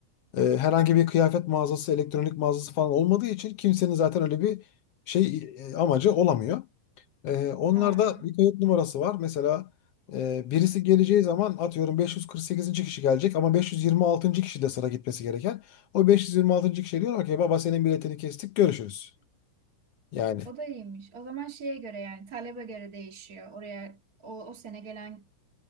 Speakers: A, on the left; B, on the right.
A: E, herhangi bir kıyafet mağazası, elektronik mağazası falan olmadığı için kimsenin zaten öyle bir şey e, amacı olamıyor. Ee, onlarda
B: Aynen.
A: bir kayıt numarası var. Mesela e, birisi geleceği zaman atıyorum 548. kişi gelecek ama 526. kişi de sıra gitmesi gereken. O 526. kişi diyorlar ki baba senin biletini kestik görüşürüz. Yani
B: O da iyiymiş. O zaman şeye göre yani talebe göre değişiyor. Oraya o, o sene gelen